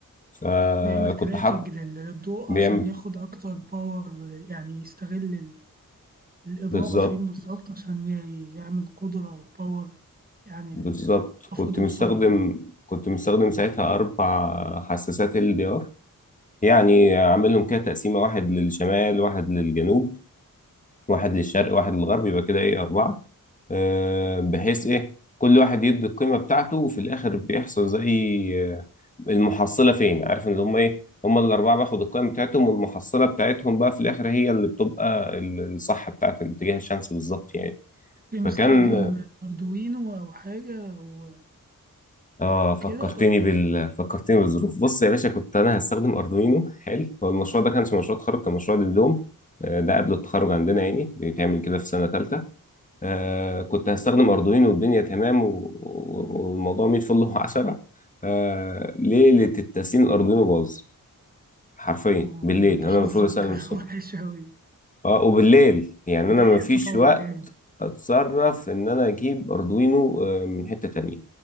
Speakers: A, on the left; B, on the right.
A: فكنت
B: بيعمل تراكنج
A: حاط
B: لل- للضوء
A: بيعمل
B: عشان ياخد أكتر باور يعني يستغل ال- الإضاءة
A: بالظبط
B: فين بالظبط عشان ي- يعمل قدرة وباور يعني
A: بالظبط
B: ال- المفروض
A: كنت
B: يوصل
A: مستخدم
B: له يعني.
A: كنت مستخدم ساعتها أربع حساسات ال دي ار يعني عاملهم كده تقسيمة واحد للشمال واحد للجنوب واحد للشرق واحد للغرب يبقى كده ايه أربعة آه، بحيث ايه كل واحد يدي القيمة بتاعته وفي الاخر بيحصل زي آه، المحصلة فين عارف ان هم ايه هم الاربعة باخد القيمة بتاعتهم والمحصلة بتاعتهم بقى في الاخر هي اللي بتبقى ال- الصح بتاعت الاتجاه الشمسي بالظبط يعني
B: كنت مستخدم
A: فكان
B: أردوينو أو حاجة وكده
A: اه فكرتني
B: ولا؟
A: بال فكرتني بالظروف بص يا باشا كنت انا هستخدم اردوينو حلو هو المشروع ده كانش مشروع تخرج كان مشروع دبلوم آه، ده قبل التخرج عندنا يعني بيتعمل كده في سنة تالتة آه كنت هستخدم أردوينو والدنيا تمام و- و- والموضوع 100 فل و10 <laughs> آه ليلة التسليم الأردوينو باظ حرفيا
B: آه،
A: بالليل
B: ده أنت
A: أنا
B: حظك
A: المفروض أسلم
B: <laughs>
A: الصبح
B: وحش أوي
A: اه وبالليل يعني
B: اتضايقت
A: أنا مفيش
B: طبعا
A: وقت
B: جامد
A: اتصرف ان انا اجيب اردوينو آه، من حتة تانية